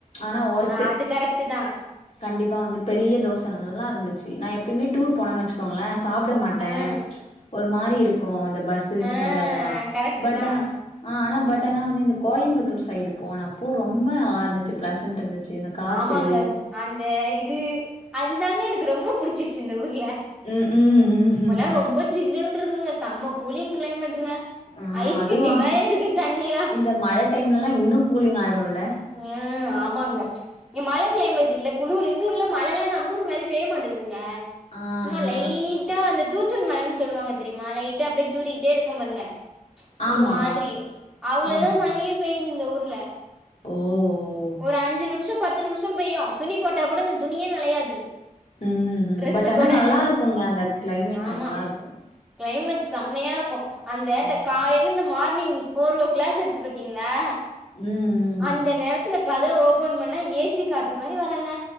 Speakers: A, on the left; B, in the centre.
A: ஆனா ஒர்த்து
B: அது கரெக்ட்டு தான்
A: கண்டிப்பா வந்து பெரிய தோசை நல்லா இருந்துச்சு நான் எப்பயுமே டூர் போனேன்னு வச்சுக் கோங்களே சாப்ட மாட்டேன்
B: ஆ
A: ஒரு மாரி இருக்கும் இந்த பஸ் சு
B: ஆ
A: ஸ்மெல்லெல்லாம்
B: கரெக்ட்டு
A: பட்
B: தா
A: அ ஆ ஆனா பட் ஆனா வந்து இந்த கோயம்புத்தூர் சைடு போனப்போ ரொம்ப நல்லா இருந்துச்சு பிளசன்ட் இருந்துச்சு இந்த காத்து
B: ஆமாங்க அந்த இது அதுதாங்க எனக்கு ரொம்ப புடிச் சிருச்சி இந்த ஊர்ல
A: ம் ம்
B: இப்பல்லாம்
A: ம்
B: ரொம்ப ஜில்லுன்று இருக்குங்க செம்ம கூலிங் கிளைமேட்டுங்க
A: ஆ
B: ஐஸ்
A: அதுவான்
B: கட்டி மாரி இருக்கு தண்ணிலா
A: இந்த மழ டைம்லல்லாம் இன்னும் கூலிங் ஆய்டும்ல
B: ம் ஆமாங்க இங்க மழ கிளைமேட் இல்ல குளூர் ர்ல மழல்லாம் நம்பூர் மேரி பேய மாட்டேங்கதுங்க
A: ஆ
B: சும்மா
A: ஆ ஆ
B: லைட்டா அந்த தூத்துள் மழைன்னு சொல்லுவாங்க தெரியுமா லைட்டா அப்டே தூறிக்கிட்டே இருக்க பாருங்க
A: ஆமா
B: ஒரு மாதிரி அவ்ளோதான்
A: ஆமா
B: மழையே பெய்து இந்த ஊர்ல
A: ஓ ஓ
B: ஒரு அஞ்சு நிமிஷம் பத்து நிமிஷம் பெய்யும் துணி போட்டா கூட இந்த துணியே நனையாது
A: ம்ம்
B: ட்ரெஸ்ஸு
A: பட் ஆனா
B: கூட
A: நல்லா இருக்குங்க அந்த கிளைமேட்
B: ஆமா
A: நல்லா இருக்கும்
B: கிளைமேட் செம்மையா இருக்கும் அந்த அந்த
A: ம்
B: காலையில் இந்த மார்னிங் ஃபோர் ஓ கிளாக் இருக்கு பாத்தீங்களா
A: ம் ம்
B: அந்த நேரத்துல கதவ ஓபன் பண்ணா ஏசி காத்து மாரி வருங்க